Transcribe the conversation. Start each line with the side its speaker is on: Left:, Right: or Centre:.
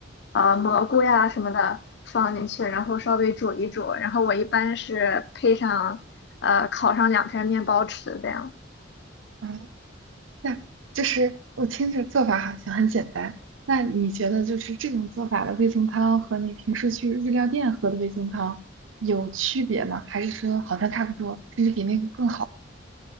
Left: 呃蘑菇呀什么的放进去，
Right: 嗯，
Left: 然后稍微煮一煮。然后我一般是配上呃烤上两片面包吃这样。
Right: 嗯，那就是我听着做法好像很简单。那你觉得就是这种做法的味增汤和你平时去日料店喝的味增汤有区别吗？还是说好像差不多，甚至比那个更好？